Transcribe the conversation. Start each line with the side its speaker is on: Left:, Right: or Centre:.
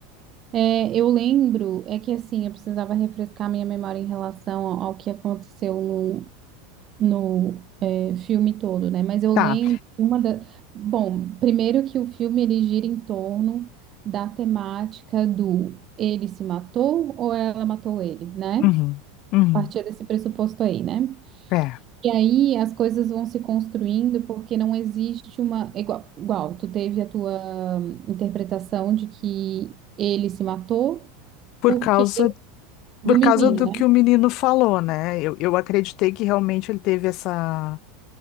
Right: É, eu lembro, é que assim, eu precisava refrescar minha memória em relação ao, ao que aconteceu no, no é, filme todo, né? Mas eu
Left: Tá.
Right: lembro que uma da... Bom, primeiro que o filme ele gira em torno da temática do ele se matou ou ela matou ele, né?
Left: Uhum. Uhum.
Right: A partir desse pressuposto aí, né?
Left: É.
Right: E aí as coisas vão se construindo porque não existe uma. é Igual, igual, tu teve a tua hum, interpretação de que ele se matou
Left: Por
Right: porque
Left: causa,
Right: do
Left: por
Right: menino,
Left: causa do
Right: né?
Left: que o menino falou, né? Eu, eu acreditei que realmente ele teve essa.